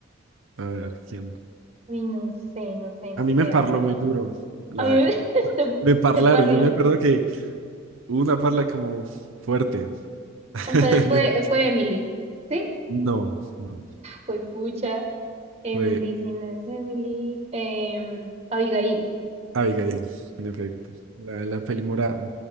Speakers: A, on the right (about 75°); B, on the right (about 30°).
A: a ver, ¿quién?
B: Uy, no sé, no sé, no
A: A mí
B: sé,
A: me parló
B: a ver.
A: muy duro. La,
B: A mí me, <laughs> te,
A: me parlaron.
B: te parlo.
A: Yo me acuerdo que hubo una parla como fuerte. <laughs>
B: Entonces fue,
A: Yo no,
B: fue Emily, ¿sí?
A: no. no,
B: Fue pucha, Emily,
A: Fue
B: si no es Emily, em, Abigail.
A: Abigail, en efecto. La, la peli morada.